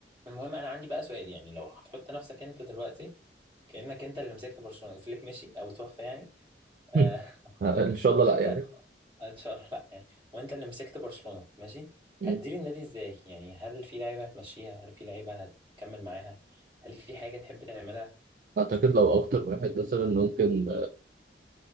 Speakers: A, on the right (about 25°); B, on the right (about 45°).
A: المهم انا عندي بقى سؤال يعني لو هتحط نفسك انت دلوقتي كأنك انت اللي مسكت برشلونة فليك مشي او توفى يعني آه
B: مم. ان
A: <laughs>
B: شاء الله
A: وانت
B: لا يعني
A: آه، ان شاء الله لا يعني وانت اللي مسكت برشلونة ماشي
B: مم.
A: هتدير النادي ازاي يعني هل في لعيبة هتمشيها هل في لعيبة هتكمل معاها هل في حاجة تحب تعملها
B: اعتقد لو اكتر واحد مثلا ممكن